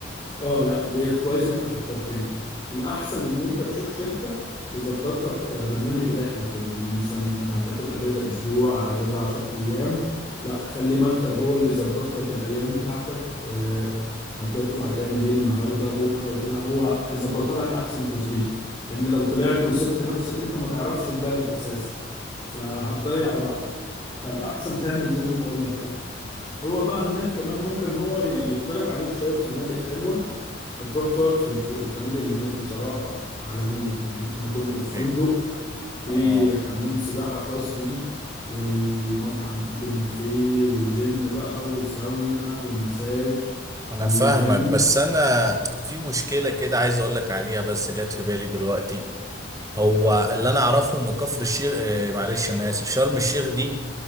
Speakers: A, on the left; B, on the right.
A: اه لا ديت كويس انت فكرتني الاحسن ان انت تشوف شركة تظبط لك برنامج رحلة كده يعني مثلا انت هتاخد اجازة اسبوع اجازة 10 ايام لا خلي مكتب هو اللي يظبط لك الايام بتاعتك آه، هتطلع تعمل ايه النهاردة بكرة وكده هو هيظبطها لك احسن تظبيطه لان لو طلعت وسبت نفسك انت ما تعرفش البلد اساسا فهتضيع وقت فالاحسن تعمل زي ما بقول لك كده هو بقى هناك كمان ممكن هو يقترح عليك شوية فنادق حلوة هتروح تقعد في الف- الفنادق اللي هناك بصراحة عالمية يعني أنا كنت في فندق
B: إيه.
A: في
B: اه
A: حمام سباحة خاص بيه ومطعم أوبن بوفيه وجيم بقى وساونا ومساج
B: انا
A: وفاهم
B: فاهمك بس انا في مشكلة كده عايز اقول لك عليها بس جت في بالي دلوقتي هو اللي انا اعرفه ان كفر الشيخ آه، معلش انا اسف شرم الشيخ دي